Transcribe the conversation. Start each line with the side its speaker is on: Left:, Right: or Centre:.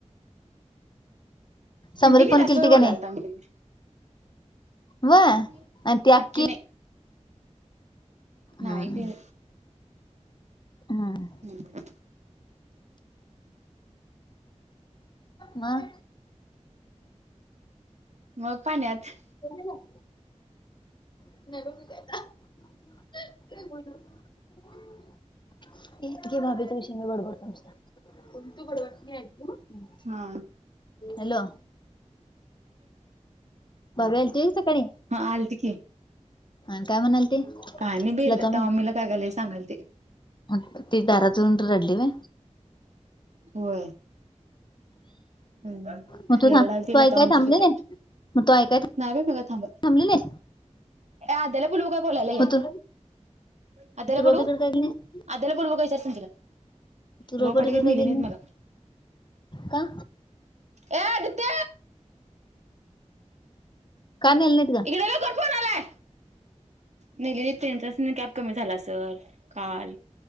Right: किंद
Left: समरी
Right: की
Left: फोन
Right: दासर
Left: केलती
Right: बोलालताम
Left: कणी
Right: टिके
Left: व्हय
Right: हो
Left: आणि ती
Right: आणखीन
Left: आक्की हम्म
Right: ना यत ना
Left: हम्म
Right: हम्म <unintelligible>
Left: म अ
Right: मग पाण्यात
Left: <unintelligible> <inaudible> <unintelligible> <inaudible> <unintelligible> <inaudible>
Right: हा
Left: हॅलो बघायला आल्ती होई ग सकाळी?
Right: हा आलती की
Left: आणि काय म्हणालती येतोय
Right: काय नाही बाई लता
Left: म्हणुन
Right: मम्मीला काय काय लय सांगलती
Left: म ती दारातुन येउन रडली होय
Right: होय. हम्
Left: मग तू
Right: लय
Left: थांब
Right: रडालती
Left: तू ऐकाय
Right: आमच्या
Left: थांबली
Right: हीत
Left: नाही मग तू ऐकाय
Right: नाही बाई सगळ सांगत,
Left: थांबली नाहीस
Right: ये आदयाला बोलवू काय बोलायला ये
Left: मग तू
Right: अद्याला
Left: तू
Right: बोलवू?
Left: रोपडीकडे काय गेली नाहीस
Right: अद्याला बोलवू काय विचार तीली
Left: तू रोपडीकडे
Right: तर
Left: काय गेली नाहीस
Right: मला
Left: का
Right: ए अदीत्य
Left: का नेली नाहीत ग
Right: इकडे ये लवकर फोन आलाय नीली ट्रेनचाच कॅब कमी झाला असल काल